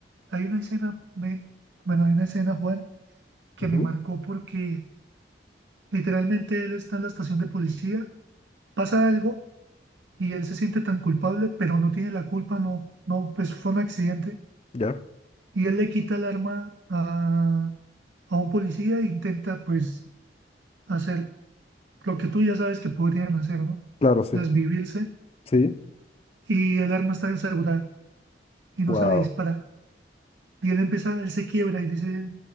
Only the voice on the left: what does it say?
Ujú,
Ya.
Claro, sí.
Sí.
Wow.